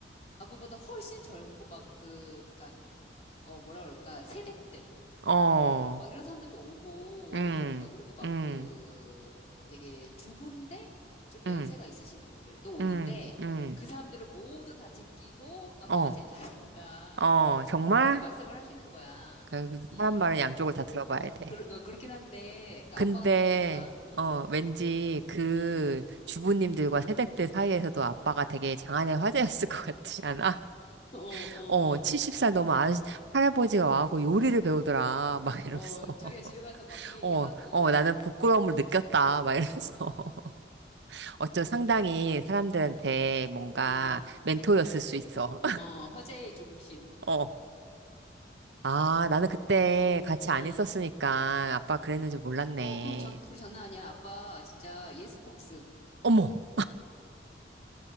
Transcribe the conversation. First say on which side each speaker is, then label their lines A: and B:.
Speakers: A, on the left; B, on the right.
A: 아빠보다 훨씬 젊고 막 그, 그니까, 어, 뭐라 그럴까, 세댁들.
B: 어,
A: 막 이런 사람들도 오고
B: 응,
A: 이러는 거야. 그리고 막
B: 응,
A: 그 되게 주부인데 좀 연세가
B: 응,
A: 있으신 분들도 오는데
B: 응, 응.
A: 그 사람들을 모두 다 제끼고 아빠가
B: 어,
A: 제일 잘한다.
B: 어, 정말?
A: 막 이렇게 말씀을 하시는 거야.
B: 그
A: 음.
B: 사람 말은 양쪽을 다 들어봐야 돼.
A: 그, 어, 그렇긴 한데 그
B: 근데,
A: 아빠가 되게 뭔가 음,
B: 어, 왠지 그
A: 음.
B: 주부님들과 세대들 사이에서도 아빠가 되게 장안의 화제였을 <laughs> 것 같지 않아?
A: <laughs> 어, 어,
B: 어, 70살
A: 어.
B: 넘은 아, 할아버지가 와갖고 요리를 배우더라. 막 이러면서.
A: 어,
B: <laughs>
A: 자기네 집에 가서 막 그 얘기하고
B: 어, 어, 나는 부끄러움을 느꼈다. 막 이러면서. <laughs> 어쩜 상당히 사람들한테
A: 음,
B: 뭔가
A: 음.
B: 멘토였을 수 있어.
A: 어, 화제의 중심.
B: <laughs> 어. 아, 나는 그때
A: 어,
B: 같이 안
A: 음.
B: 있었으니까 아빠 그랬는지 몰랐네.
A: 어, 그리고 장, 그리고 장난 아니야. 아빠 진짜 예스폭스
B: 어머!